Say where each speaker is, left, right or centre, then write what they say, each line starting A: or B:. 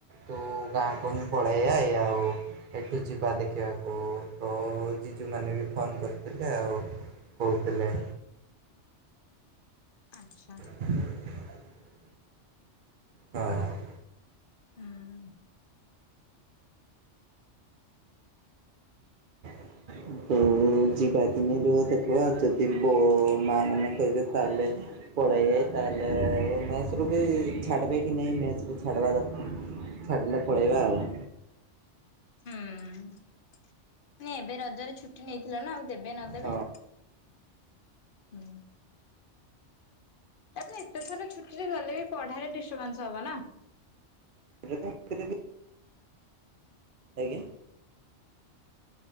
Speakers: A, on the right (about 50°); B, on the left (about 50°).
A: ତୁ ଗାଁକୁ ହିଁ ପଳେଇ ଆଏ ଆଉ ଏଠୁ ଯିବା ଦେଖିବାକୁ ତ ଜିଜୁ ମାନେ ବି ଫୋନ୍ କରିଥିଲେ ଆଉ କହୁଥିଲେ।
B: ଆଚ୍ଛା।
A: <inaudible> ହଁ।
B: ହୁଁ
A: <inaudible> ତ ଯିବା କିି ନାଇ ରୁହ ଦେଖିବା ଯଦି ବୋ ମା ମାନେ କହିବେ ତାହେଲେ ପଳେଇଏ ତାହଲେ ମେସ୍ ରୁ ବି ଛାଡବେ କି ନାଇଁ ମେସ୍ ର ଛାଡ଼ବା ଯ ଛାଡ଼ିଲେ ପଳେଇବା ଆଉ।
B: ହୁଁ, <unintelligible> ଏବେ ରଜରେ ଛୁଟି ନେଇଥିଲ ନା ଆଉ ଦେବେ ନଦେବେ।
A: ହଁ
B: ହୁଁ। ତାପରେ ଏତେଥର ଛୁଟି ରେ ଗଲେ ବି ପଢାରେ ଡିଷ୍ଟର୍ବାନ୍ସ ହବ ନା।
A: <inaudible> ଆଜ୍ଞା